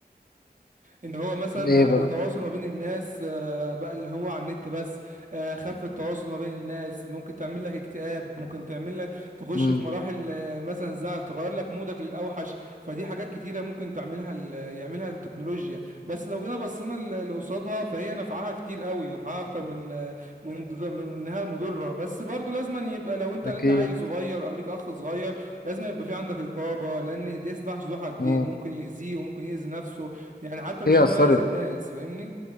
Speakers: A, on the right (about 50°); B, on the left (about 60°).
A: ان هو مثلا
B: ايه
A: بقى
B: بقى
A: التواصل ما بين الناس آه، بقى اللي هو على النت بس آه، خف التواصل ما بين الناس ممكن تعمل لك اكتئاب ممكن تعمل لك تخش
B: امم
A: في مراحل آه، مثلا زعل تغير لك مودك للاوحش فدي حاجات كتيره ممكن تعملها ال- يعملها التكنولوجيا بس لو جينا بصينا ل- لقصادها فهي نفعها كتير قوي نفعها اكتر من آه، من ضد- من انها مضره بس برضو لازم يبقى لو انت
B: اكيد
A: ليك عيل صغير او ليك اخ صغير لازم يبقى في عندك رقابه لان ده سلاح ذو حدين
B: امم
A: ممكن يأذيه وممكن يأذي نفسه يعني حتى مش
B: هي
A: ان
B: اثرت
A: هو يأذي الناس فاهمني